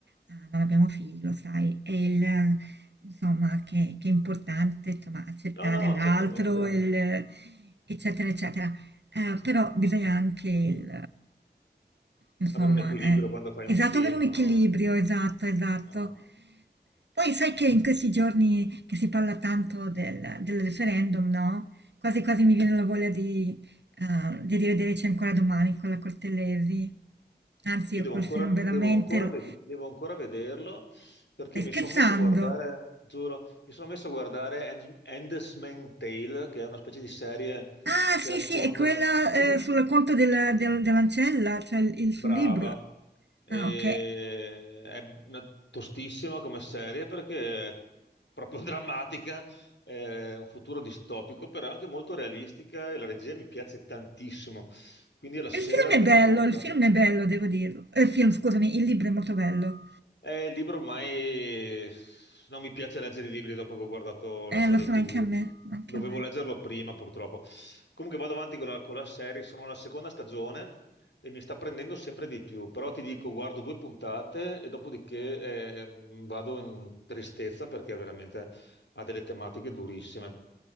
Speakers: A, on the right; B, on the left.
A: eh, non abbiamo figli, lo sai, e il, insomma, che, che è importante, insomma, accettare
B: No, no,
A: l'altro,
B: certamente.
A: il- eccetera, eccetera. Eh, però bisogna anche il, insomma,
B: Avere un equilibrio
A: eh,
B: quando fai un
A: esatto,
B: film,
A: avere un
B: no?
A: equilibrio, esatto, esatto.
B: Ah,
A: Poi sai che in questi giorni che si parla tanto del, del referendum, no? Quasi quasi mi viene la voglia di, eh, di rivederci ancora domani con la Cortellesi. Anzi,
B: Io
A: io
B: devo
A: quel
B: ancora,
A: film veramente...
B: devo ancora ved- devo ancora vederlo perché
A: Stai
B: mi
A: scherzando?
B: sono messo a guardare, giuro, mi sono messo a guardare Hands- Handmaid's Tale, che è una specie di serie
A: Ah,
B: che
A: sì,
B: racconta,
A: sì, è quella
B: <clears throat>
A: eh, sul racconto del- del- dell'ancella, cioè il, il
B: brava,
A: suo libro.
B: E
A: Ah, ok.
B: è una- tostissima come serie perché è proprio <laughs> drammatica, è un futuro distopico, però è anche molto realistica e la regia mi piace tantissimo. Quindi alla sera
A: Il film è
B: due
A: bello,
B: o tre puntate.
A: il film è bello, devo dirlo. Eh, Il film, scusami, il libro è molto bello.
B: Eh, il libro ormai non mi piace leggere i libri dopo che ho guardato
A: Eh,
B: la serie
A: lo so
B: TV.
A: anche a me, anche
B: Dovevo
A: a me.
B: leggerlo prima, purtroppo. Comunque vado avanti con la, con la serie, sono alla seconda stagione e mi sta prendendo sempre di più. Però ti dico, guardo due puntate e dopodiché eh, vado in tristezza perché veramente ha delle tematiche durissime.